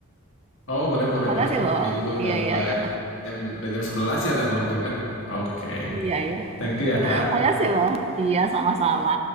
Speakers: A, on the left (about 60°); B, on the right (about 30°).
A: Oh, boleh boleh
B: Makasih
A: boleh.
B: loh.
A: Ini juga udah
B: Iya,
A: mulai
B: iya, iya.
A: jam udah jam 11 ya, ada malam juga. Oke. Okay.
B: Iya, iya.
A: Thank you ya, Kak.
B: Makasih loh. Iya, sama-sama.